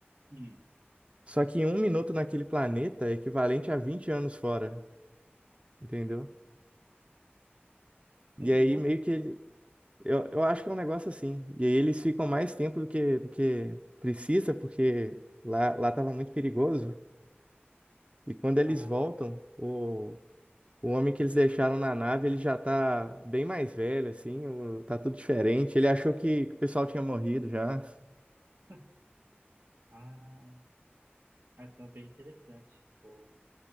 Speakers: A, on the right; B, on the right.
A: hum.
B: Só que um minuto naquele planeta é equivalente a 20 anos fora, entendeu? E
A: Um minuto?
B: aí meio que ele. Eu, eu acho que é um negócio assim. E aí eles ficam mais tempo do que, do que precisa, porque lá, lá tava muito perigoso. E quando eles
A: Ah,
B: voltam, o, o homem que eles deixaram na nave, ele já tá bem mais velho, assim, o- tá tudo diferente. Ele achou que, que o pessoal tinha morrido já.
A: <laughs> ah, é então bem interessante. Vou